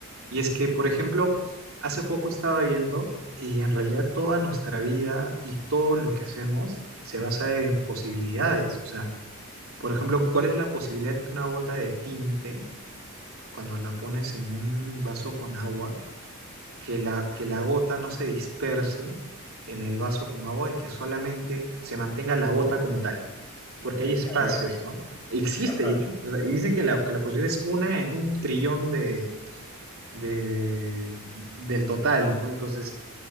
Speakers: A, on the right (about 65°); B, on the left (about 20°).
A: Y es que, por ejemplo, hace poco estaba viendo y en realidad toda nuestra vida y todo lo que hacemos se basa en posibilidades. O sea, por ejemplo, ¿cuál es la posibilidad que una gota de tinte, cuando la pones en un vaso con agua, que la, que la gota no se disperse en el vaso con agua y que solamente se mantenga la gota como tal? Porque
B: Y
A: hay espacios,
B: caiga.
A: ¿no? Existe
B: Ajá.
A: y existe. O sea, y dicen que la, que la posibilidad es una en un trillón de, de, del total, ¿no? Entonces,